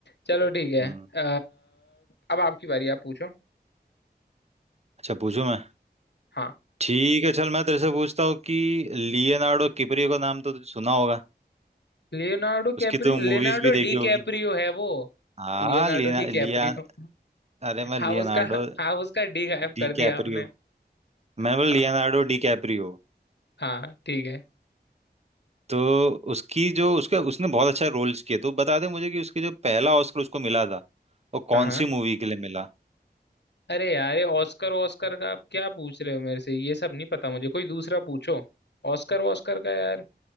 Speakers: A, on the left (about 85°); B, on the right (about 40°).
A: चलो ठीक है
B: हम्म
A: अ, अब आपकी बारी आप पूछो
B: अच्छा पूछूं मैं
A: हाँ
B: ठीक है चल मैं तेरे से पूछता हूँ कि लियोनार्डो किपरियो का नाम तो तुझे सुना होगा
A: Leonardo
B: उसकी
A: Caprio
B: तो मूवीज
A: Leonardo
B: भी देखी
A: डी
B: होगी
A: कैप्रियो है वो
B: हाँ
A: Leonardo
B: लिया
A: D
B: लिया
A: Caprio
B: अरे मैं लियोनार्डो
A: आप उसका आप उसका डी गायब
B: डी
A: कर
B: कैपरियो
A: दिया आपने
B: मैंने
A: हाँ
B: बोला लियोनार्डो डी कैपरियो
A: हाँ ठीक है
B: तो उसकी जो उसका उसने बहुत अच्छा रोल्स किए तो बता दे मुझे कि उसके जो पहला ऑस्कर उसको मिला था वो कौन
A: हाँ हाँ
B: सी मूवी के लिए मिला
A: अरे यार ये ऑस्कर ऑस्कर का आप क्या पूछ रहे हो मेरे से ये सब नहीं पता मुझे कोई दूसरा पूछो ऑस्कर ऑस्कर का यार